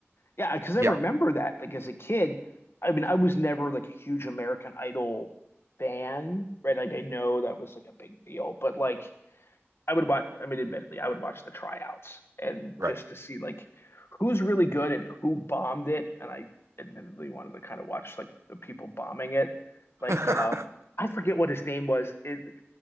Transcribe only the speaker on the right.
Yeah,
right.
<laughs>